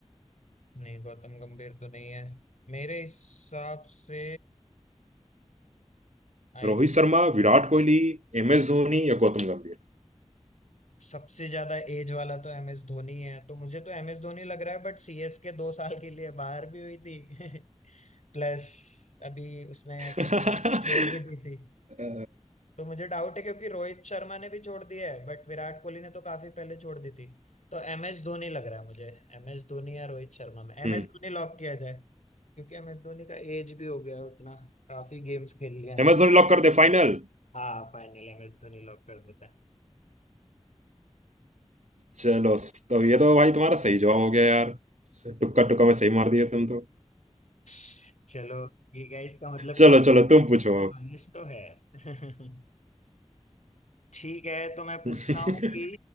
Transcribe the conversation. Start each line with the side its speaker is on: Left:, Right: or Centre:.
Left: नहीं गौतम गंभीर तो नहीं है मेरे हिसाब से आई
Right: रोहित शर्मा विराट कोहली एम एस धोनी या गौतम गंभीर
Left: सबसे ज्यादा एज वाला तो एम एस धोनी है तो मुझे तो एम एस धोनी लग रहा है बट सी एस के दो साल के लिए बाहर भी हुई थी <laughs> प्लस अभी उसने
Right: <laughs>
Left: कैप्टन छोड़ भी दी थी
Right: अ,
Left: तो मुझे डाउट है क्योंकि रोहित शर्मा ने भी छोड़ दिया है बट विराट कोहली ने तो काफी पहले छोड़ दी थी तो एम एस धोनी लग रहा है मुझे एम एस धोनी या रोहित शर्मा में एम
Right: हम्म
Left: एस धोनी लॉक किया जाए क्योंकि एम एस धोनी का एज भी हो गया है उतना काफी गेम्स खेल लिया है
Right: एम एस धोनी लॉक कर दे फाइनल
Left: हाँ finally M S Dhoni lock कर देता है
Right: चलो तो ये तो भाई तुम्हारा सही जवाब हो गया यार टुक्का टुक्का में सही मार दिया तुम तो <laughs>
Left: <laughs> चलो ठीक है इसका मतलब
Right: चलो
Left: कि मुझे
Right: चलो तुम पूछो
Left: नॉलेज तो है <laughs> ठीक है तो मैं पूछता
Right: <laughs>
Left: हूँ कि